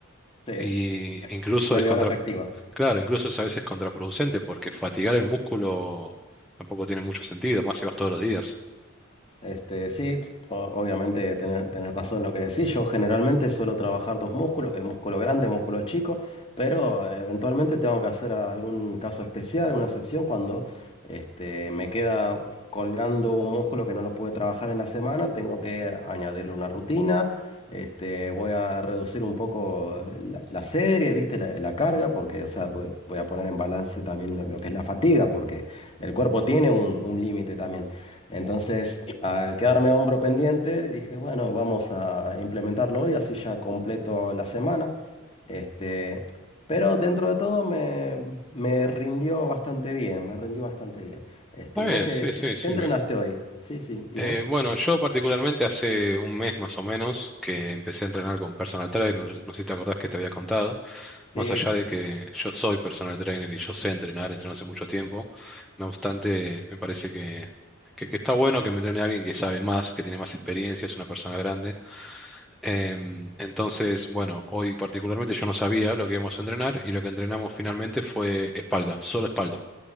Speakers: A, on the left; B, in the centre.
A: sí,
B: Y
A: es
B: incluso
A: media
B: es contra...
A: hora efectiva.
B: Claro, incluso es a veces contraproducente porque fatigar el músculo tampoco tiene mucho sentido, más si vas todos los días.
A: Este, sí, o- obviamente tenés, tenés razón en lo que decís. Yo generalmente suelo trabajar dos músculos, que es músculo grande, músculo chico, pero eh, eventualmente tengo que hacer algún caso especial, una excepción, cuando este, me queda colgando un músculo que no lo pude trabajar en la semana, tengo que añadirle una rutina. Este, voy a reducir un poco la, la serie, ¿viste? La, la carga, porque, o sea, voy, voy a poner en balance también lo, lo que es la fatiga, porque el cuerpo tiene un un límite también. Entonces, al quedarme a hombro pendiente, dije, bueno, vamos a implementarlo hoy, así ya completo la semana. Este, pero
B: ¿Mm?
A: dentro de todo me, me rindió bastante bien, me rindió bastante bien. Este,
B: Está
A: ¿y vos
B: bien,
A: qué,
B: sí,
A: qué,
B: sí, sirve.
A: qué entrenaste hoy? Sí, sí. ¿Y vos?
B: Eh, bueno, yo particularmente hace un mes más o menos que empecé a entrenar con personal trainer, no, no sé si te acordás que te había contado,
A: Sí,
B: más allá
A: sí,
B: de
A: sí.
B: que yo soy personal trainer y yo sé entrenar, entreno hace mucho tiempo, no obstante, me parece que, que, que está bueno que me entrene alguien que sabe más, que tiene más experiencia, es una persona grande. Em, entonces, bueno, hoy particularmente yo no sabía lo que íbamos a entrenar y lo que entrenamos finalmente fue espalda, solo espalda,